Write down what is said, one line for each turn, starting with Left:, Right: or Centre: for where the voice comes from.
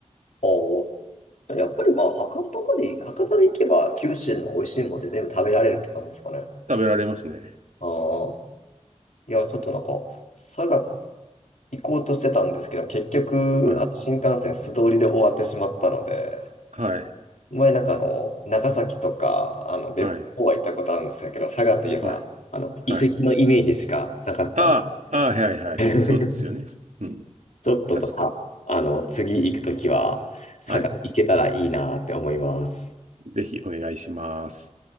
Left: おーやっぱりまあ、博多まで、博多で行けば、九州の美味しいものでて全部食べられるって感じですかね。
Right: 食べられますね。
Left: ああ、いや、ちょっとなんか、佐賀行こうとしてたんですけど、結局、
Right: はい。
Left: あの新幹線素通りで終わってしまったので、
Right: はい。
Left: 前なんかあの、長崎とか、あの、別府は行ったことあるんですけど、
Right: はい。
Left: 佐賀といえば、
Right: はい。
Left: あの、遺跡のイメージしかなかったんで、
Right: はい。ああ、ああ、はいはいはい。
Left: <laughs>
Right: そうですよね。うん。
Left: ちょっと、
Right: 確かに。
Left: あ、あの、次行くときは、佐賀行けたらいいなって思います。
Right: はい。ぜひお願いします。